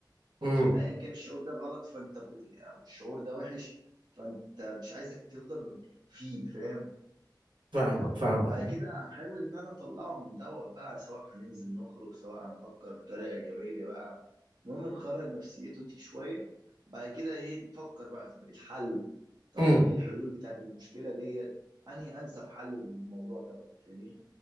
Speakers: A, on the right (about 80°); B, on the right (about 60°).
A: امم
B: ان ايا كان الشعور ده غلط فانت ب... او الشعور ده وحش فانت مش عايزك تفضل فيه فاهم
A: فاهمك فاهمك
B: وبعد كده احاول ان انا اطلعه من دوت بقى سواء هننزل نخرج سواء هنفكر بطريقه ايجابيه بقى المهم نخرج نفسيته دي شويه بعد كده ايه نفكر بقى طب ايه الحل طب
A: امم
B: ايه الحلول بتاعت المشكله ديت انهي انسب حل للموضوع دوت فاهمني